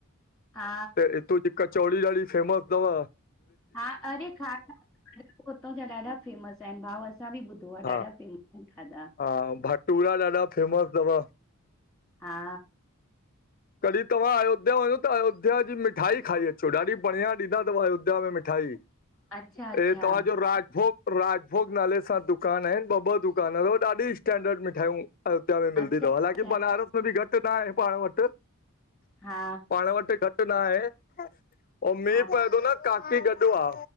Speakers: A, in the centre; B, on the left.
A: हा
B: त इतों जी कचौड़ी ॾाढ़ी फेमस तव।
A: हा अरे खाद खाधा हुतां जा ॾाढा फेमस आहिनि भाऊ असां बि ॿुधो आ,
B: हा
A: ॾाढा फेमस आहिनि खाधा।
B: हा, भटूरा ॾाढा फेमस तव।
A: हा
B: कॾी तव्हां अयोध्या वञो त, अयोध्या जी मिठाई खाई अचो, ॾाढी बढ़िया ॾींदा तव अयोध्या में, मि
A: अच्छा अच्छा
B: <unintelligible> तव्हांजो राजभोग राजभोग नाले सां दुकान आहिनि ॿ-ॿ दुकान तव ॾाढी स्टैंडर्ड मिठाइयूं अध मे मिलंदी
A: अच्छा अच्छा
B: तव हालाकी बनारस में बि घट न आहे पाण वट।
A: हा
B: पाण वट घट घट न आहे <unintelligible> पए
A: हा
B: थो न काफी गॾु आ।